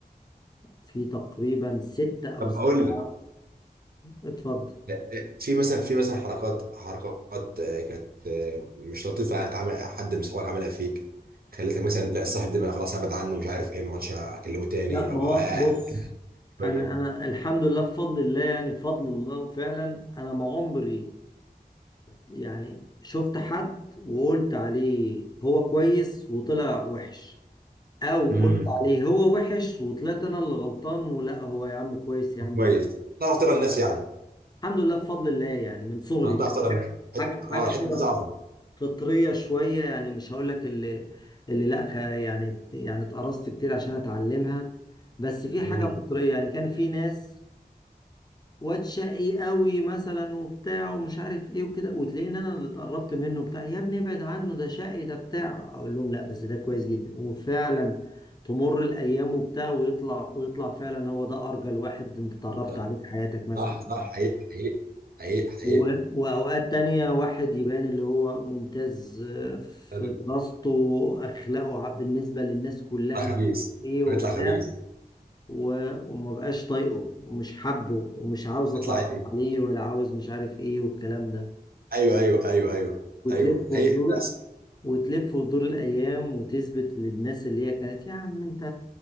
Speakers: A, on the left; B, on the right.
A: في تقريبا ستة أو
B: طب
A: سبعة
B: هقول لك
A: اتفضل
B: لا لا، في مثلا في مثلا حركات حركات آه، كانت آه، مش لطيفه يعني اتعمل حد من صحابك عملها فيك خليتك مثلا لا الصاحب ده بقى خلاص ابعد عنه مش عارف ايه ما عادش اكلمه تاني
A: لا ما
B: او
A: هو
B: آه
A: بص
B: شويه
A: أنا أنا الحمد لله بفضل الله يعني فضل الله فعلا أنا ما عمري يعني شفت حد وقلت عليه هو كويس وطلع وحش أو
B: امم
A: قلت عليه هو وحش وطلعت أنا اللي غلطان ولا هو يا عم كويس يا عم
B: كويس تعرف ترى الناس يعني
A: الحمد لله بفضل الله يعني من صغري
B: آه،
A: دي
B: تعرف ترى
A: حاجة
B: الناس حت...
A: حاجة حاجة
B: اه الحته
A: كده
B: دي صعبه
A: فطرية شوية يعني مش هقولك اللي اللي لا خ- يعني يعني اتقرصت كتير عشان اتعلمها بس في حاجة
B: امم
A: فطرية يعني كان في ناس واد شقي قوي مثلا وبتاع ومش عارف ايه وكده وتلاقيني انا اللي اتقربت منه بتاع يا ابني ابعد عنه ده شقي ده بتاع اقول لهم لا بس ده كويس جدا وفعلا تمر الايام وبتاع ويطلع ويطلع فعلا هو ده ارجل واحد انت اتعرفت
B: صح
A: عليه في حياتك مثلا
B: صح صح حقيقي حقيقي حقيقي حقيقي
A: و- وأوقات تانية واحد يبان اللي هو ممتاز في
B: حلو.
A: دراسته أخلاقه ع- بالنسبة للناس كلها
B: يطلع
A: مش
B: خبيث
A: عارف إيه وبتاع
B: ويطلع خبيث
A: و- وما بقاش طايقه ومش حابه ومش عاوز
B: يطلع
A: أتعرف عليه ولا عاوز مش عارف إيه والكلام ده
B: ايوه ايوه ايوه ايوه ايوه
A: وتلف
B: ايوه
A: وتدور
B: حقيقي بس.
A: وتلف وتدور الأيام وتثبت للناس اللي هي كانت يا عم أنت